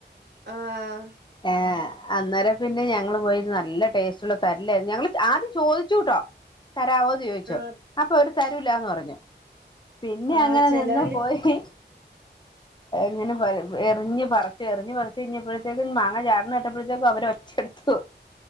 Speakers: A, on the right; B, on the left.
A: ആഹ
B: ഏ അന്നേരം പിന്നെ ഞങ്ങള് പോയിരുന്ന് നല്ല ടേസ്റ്റ്ള്ള തരില്ലായിരുന്നു ഞങ്ങള് ആദ്യംചോദിച്ചു ചോദിച്ചുട്ടോ. തരാവോ ന്ന് ചോയ്ച്ചു.
A: ആഹ്
B: അപ്പൊ ഓര് തരൂലാന്ന് പറഞ്ഞു. പിന്നെ
A: ആഹ്
B: അങ്ങനെ
A: ചെലവര്
B: നിന്ന് പോയി ങ്ങനെ പറയും എറിഞ്ഞ് പറിച്ചു എറിഞ്ഞ് പറിച്ച് കഴിഞ്ഞപ്പോഴത്തേക്കും മാങ്ങ ചാടണ കേട്ടപ്പോഴത്തേക്കും അവര് ഒച്ചെടു